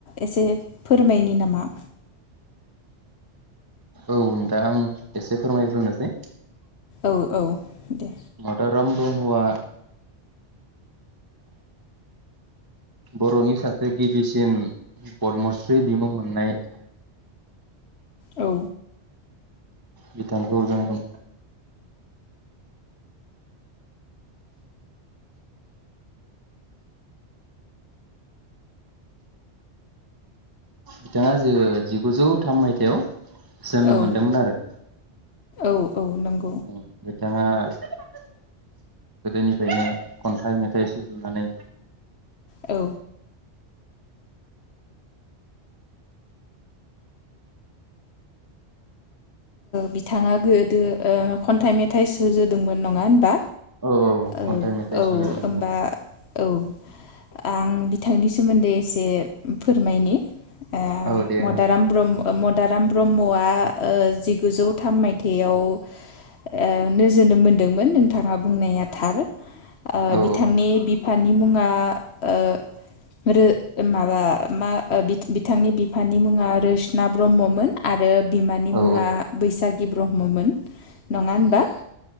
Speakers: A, on the left; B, on the right.
A: एसे फोरमायनि नामा?
B: औ नोंथां आं एसे फोरमायग्रोनोसै
A: औ औ दे
B: मदाराम ब्रह्मआ बर'नि सासे गिबिसिन पदमस्रि बिमुं मोननाय
A: औ
B: बिथांखौ जों बिथाङा जे जिगुजौ थाम मायथाइयाव जोनोम
A: औ
B: मोनदोंमोन आरो
A: औ औ नों
B: अ बिथाङा <inaudible> गोदोनिफ्रायनो खन्थाइ मेथाइ सुजुनानै
A: औ बिथाङा गोदो खन्थाइ मेथाइ सुजुदोंमोन नङा होनबा?
B: औ
A: औ
B: खन्थाइ मेथाइ
A: औ
B: सुजुदोंमोन
A: होनबा औ आं बिथांनि सोमोन्दै एसे फोरमायनि <unintelligible>
B: औ दे
A: मदाराम
B: नोंथां
A: ब्रह्म मदाराम ब्रह्मआ ओ जिगुजौ थाम मायथायावनो ओ जोनोम मोनदोंमोन नोंथाङा बुंनाया थार ओ
B: औ
A: बिथांनि बिफानि मुङा ओ रो माबा मा बिथांनि बिफानि मुङा रोसना ब्रह्ममोन आरो बिमानि
B: औ
A: मुङ आ बैसागि ब्रह्ममोन नङा होनबा <inaudible>